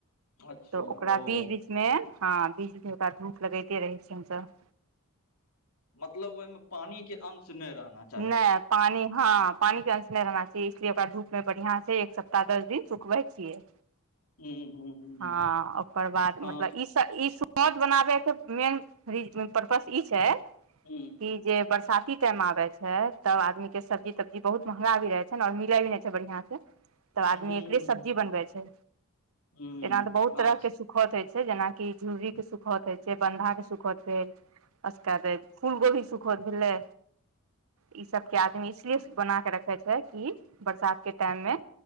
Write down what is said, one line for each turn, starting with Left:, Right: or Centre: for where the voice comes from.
Left: अच्छा
Right: तऽ ओकरा
Left: ओ
Right: बीज बी मे ह बिजके ओकरा धूप लगैते रहै छी हमसभ
Left: मतलब ओहिमे पानीके अंश नहि रहना छै
Right: नहि, पानी हँ पानीके अंश नहि रहना चाही, इसलिए ओकरा धूपमे बढ़ियां से एक सप्ताह दस दिन सुखबै छियै
Left: हूँ हूँ हूँ
Right: हँ, ओकर बाद
Left: हँ
Right: मतलब ई ई सुखौंत बनाबैके मेन परपस ई छै
Left: हूॅं
Right: ई जे बरसाती टाइम आबे छै तब आदमीके सब्जी-तब्जी बहुत महँंगा भी रहे छै ने और मिले भी नहि छै बढियाँसे तब आदमी
Left: हुँ
Right: एकरे सब्जी बनबै छै,
Left: हुँ
Right: एना तऽ बहुत तरहके
Left: अच्छा
Right: सुख सुखौत होइ छै, जेनाकि झुरीके सुखौत होइ छै, बन्धाके सुखौत भेल <unintelligible> फूल गोभी सुखौत भेलै ई सभके आदमी इसलिए बना कऽ रखै छै कि बरसातके टाइममे